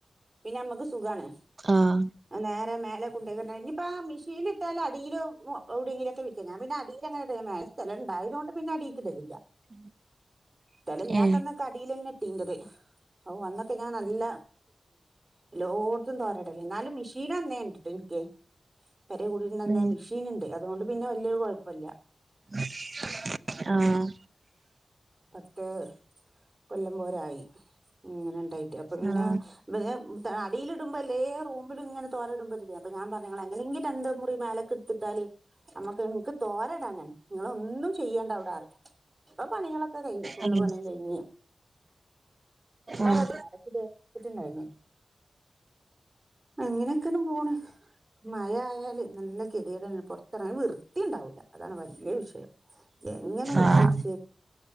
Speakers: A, on the right; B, on the right.
A: പിന്നെ അമ്മക്ക് സുഖാണ്
B: ആഹ്
A: നേരെ മേലെ കൊണ്ടക്ക ഇനിപ്പ മിഷീനിൽ ഇട്ടാല അടിയിലും എവിടുങ്കിലൊക്കെ വിരി ക്ക ഞാ പിന്നെ അടിയിൽ അങ്ങനെഇടും മേലെ സ്ഥലംണ്ടായതുകണ്ട് പിന്നെ അടികിടലില്ല
B: <inaudible>
A: സ്ഥലല്ലാത്തന്നൊക്കെ
B: ഏ
A: അടിലെന്ന ഇട്ടീന്റത് ഓ അന്നൊക്കെ ഞാൻ നല്ല എല്ലോട്തും തോരടല് ന്നാലും മെഷീൻ അന്നേ ഉണ്ടിട്ട ഇനിക്ക്‌ പേരെ കൂടിലിന് ന്നെ
B: ഉം
A: മെഷീൻ ഇണ്ട് അതുകൊണ്ട് പിന്നെ വല്യ കുഴപ്പല്ല്യ
B: <inaudible> ആഹ്
A: പത്ത് കൊല്ലം പോരായിങ്ങനെണ്ടായി പ്പൊ പിന്ന
B: ആഹ്
A: വേ ത അടിയിടുമ്പോ ല്ലേ റൂമിലുങ്ങന തോരടുമ്പോ ല്ലേ അപ്പ ഞാൻ പറഞ്ഞള ങ്ങനെയെങ്കിലും രണ്ടു മുറി മേലക്കെ ത്തിട്ടാല് നമ്മക്ക് ഇൻക്ക് തോരടാനാണ് ങ്ങളോന്നും ചെയ്യേണ്ട അവിടെ <unintelligible> ഇപ്പൊ പണികളൊക്കെ കഴിഞ്ഞു ഫുള്ള്
B: അങ്ങനെ
A: പണി കഴിഞ്ഞ് <unintelligible>
B: ആഹ്
A: റ്റ് രുന്ന് ണ്ടായി അങ്ങനെയൊക്കെങ് പോണ് മഴയായല് നല്ല ഗതിയേടാണ് പൊറ റത്തിറങ്ങാ വൃത്തിണ്ടാവൂല്ല അതാണ് വല്ല്യ വിഷയം എങ്ങനെ മിറ്റടി
B: ആഹ്